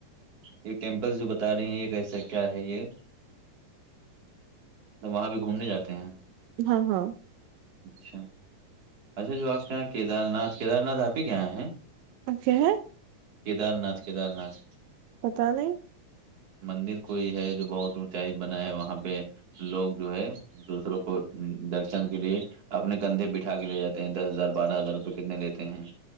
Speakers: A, on the right; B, on the right.
A: یہ ٹیمپلس جو بتا رہی ہیں یہ کیسا کیا ہے یہ تب وہاں بھی گھومنے جاتے ہیں
B: ہاں ہاں
A: اچھا اچھا جو آپ کے یہاں کیدار ناتھ کیدار ناتھ آپ ہی کےاں ہیں
B: اچھا ہے
A: کیدار ناتھ کیدار ناتھ
B: پتا نہیں
A: مندر کوئی ہے جو بہت اونچائی بنا ہے وہاں پہ لوگ جو ہے دوسروں کو درشن کے لیے اپنے کندھے بٹھا کے لے جاتے ہیں دس ہزار بارہ ہزار روپئے کتنے لیتے ہیں